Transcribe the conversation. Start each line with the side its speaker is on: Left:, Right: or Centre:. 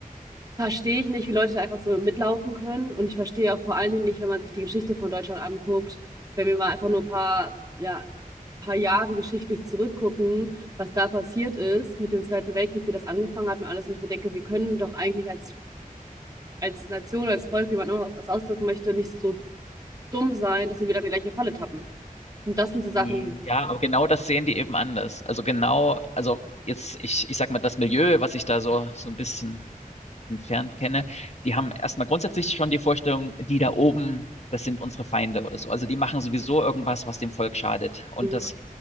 Right: verstehe ich nicht, wie Leute da einfach so mitlaufen können. Und ich verstehe auch vor allen Dingen nicht, wenn man sich die Geschichte von Deutschland anguckt, wenn wir mal einfach nur ein paar, ja, paar Jahre geschichtlich zurückgucken, was da passiert ist mit dem Zweiten Weltkrieg, wie das angefangen hat und alles, wo ich mir denke, wir können doch eigentlich als als Nation, als Volk, wie man immer was ausdrücken möchte, nicht so dumm sein, dass wir wieder in die gleiche Falle tappen. Und das sind so Sachen.
Left: Ja, aber genau das sehen die eben anders. Also genau, also jetzt, ich, ich sag mal, das Milieu, was sich da so, so ein bisschen entfernt kenne, die haben erstmal grundsätzlich schon die Vorstellung, die da oben, das sind unsere Feinde oder so. Also die machen sowieso irgendwas, was dem Volk schadet. Und
Right: Mhm.
Left: das,